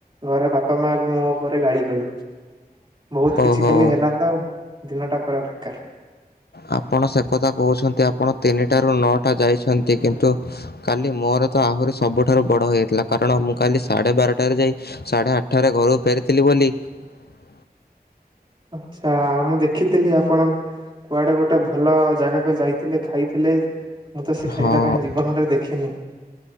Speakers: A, on the right; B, on the left.
A: ଘରେ ବାପା ମା ମୋ ଉପରେ ଗାଳି କଲେ ବହୁତ କିଛି
B: ଓହୋ
A: ଖାଲି ହେଲା ତ ଦିନଟା ପୁରା ବେକାର।
B: ଆପଣ ସେ କଥା କହୁଛନ୍ତି ଆପଣ ତିନିଟାରୁ ନଅଟା ଯାଇଛନ୍ତି କିନ୍ତୁ କାଲି ମୋର ତ ଆହୁରି ସବୁଠାରୁ ବଡ଼ ହୋଇଯାଇଥିଲା କାରଣ ମୁଁ କାଲି ସାଢ଼େ ବାରଟା ଆଠଟାରେ ଯାଇ ସାଢ଼େ ଆଠଟାରେ ଘରକୁ ଫେରିଥିଲି ବୋଲି <unintelligible>
A: ଆଚ୍ଛା ମୁଁ ଦେଖିଥିଲି ଆପଣ କୁଆଡେ ଗୋଟେ ଭଲ ଜାଗାକୁ ଯାଇଥିଲେ ଖାଇଥିଲେ ମୁଁ ତ ସେ
B: ହଁ,
A: ଖାଇବା କାଇଁ ଜୀବନରେ ଦେଖିନି।